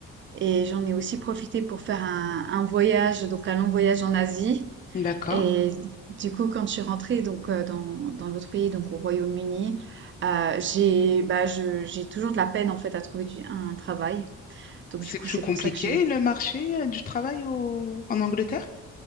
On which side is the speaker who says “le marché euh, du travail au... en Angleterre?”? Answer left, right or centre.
Left